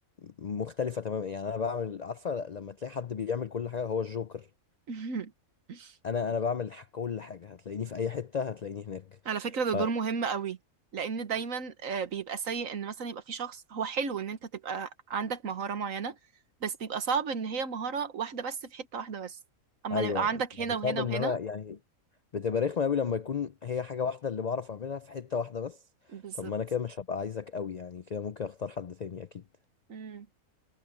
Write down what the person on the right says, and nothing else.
<laughs>
على فكرة
ده دور مهم قوي لأن دايما آه، بيبقى سيء إن مثلا يبقى في شخص هو حلو إن أنت تبقى عندك مهارة معينة بس بيبقى صعب إن هي مهارة واحدة بس في حتة واحدة بس أما
لو يبقى عندك
هنا وهنا
وهنا
بالظبط
مم.